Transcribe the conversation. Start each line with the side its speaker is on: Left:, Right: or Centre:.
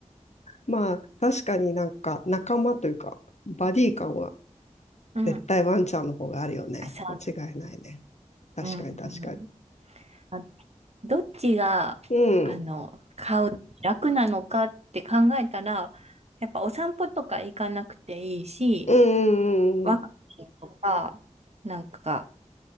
Left: まあ確かになんか仲間というか、バディ感は
Right: うん。
Left: 絶対ワンちゃんの方があるよね。
Right: あ、そうだね。
Left: 間違いないね。確かに確かに。
Right: うんうん。あ、どっちが、
Left: うん。
Right: あの、飼うのに楽なのかって考えたら、やっぱお散歩とか行かなくていいし、
Left: うんうんうんう
Right: ワクチンとか、なんか、